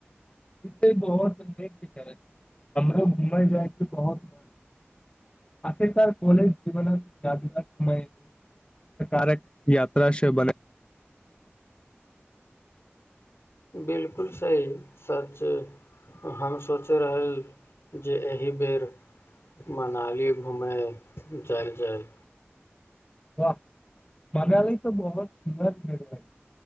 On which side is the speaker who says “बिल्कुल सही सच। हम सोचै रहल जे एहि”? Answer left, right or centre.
Left